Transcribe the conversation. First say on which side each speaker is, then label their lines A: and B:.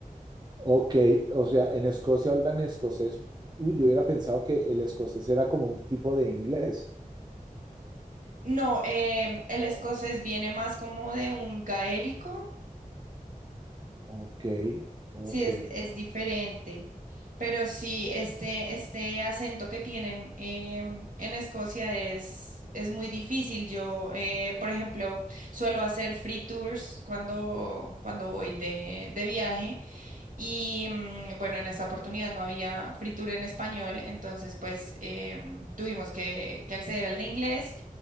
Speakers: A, on the right (about 30°); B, on the right (about 65°).
A: Ok, o sea, en Escocia hablan escocés. Uy, yo hubiera pensado que el escocés era como un tipo de inglés.
B: No, em, el
A: No,
B: escocés viene más como de un gaélico,
A: ok, ok.
B: sí es, es diferente, pero sí este, este acento que tienen em, en Escocia es, es muy difícil. Yo, eh, por ejemplo, suelo hacer free tours cuando, cuando voy de, de viaje. Y mm, bueno, en esa oportunidad no había fritura en español, entonces pues em, tuvimos que, que acceder al de inglés